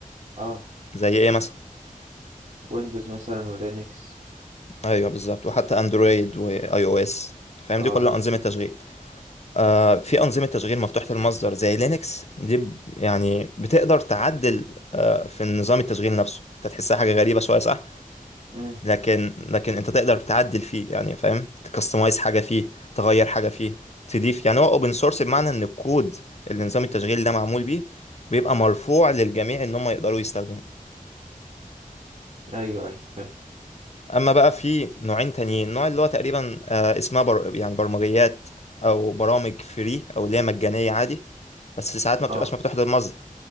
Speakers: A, on the right; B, on the left.
A: اه
B: زي ايه مثلا
A: ويندوز مثلا ولينكس
B: ايوه بالظبط وحتى اندرويد واي او اس فاهم
A: اه
B: دي كلها
A: بس-
B: انظمه تشغيل آه في انظمه تشغيل مفتوحه المصدر زي لينكس دي ب- يعني بتقدر تعدل آه في نظام التشغيل نفسه انت تحسها حاجه غريبه شويه صح
A: مم.
B: لكن لكن انت تقدر تعدل فيه يعني فاهم تكستمايز حاجه فيه تغير حاجه فيه تضيف يعني هو اوبن سورس بمعنى ان الكود اللي نظام التشغيل ده معمول بيه بيبقى مرفوع للجميع ان هم يقدروا يستخدموه
A: ايوه ايوه فهمت
B: اما بقى في نوعين تانيين نوع اللي هو تقريبا آه، اسمها بر... يعني برمجيات او برامج فري او اللي هي مجانيه عادي بس ساعات
A: اه
B: ما بتبقاش مفتوحه للمصدر